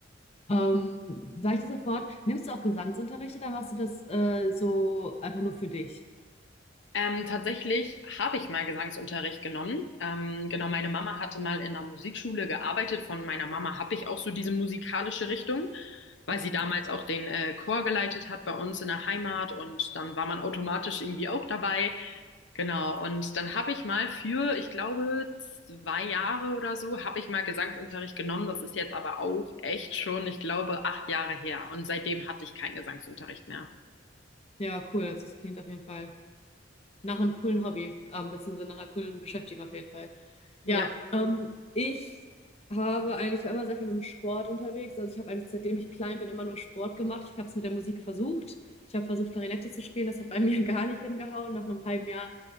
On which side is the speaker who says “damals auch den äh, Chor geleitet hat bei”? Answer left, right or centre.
Left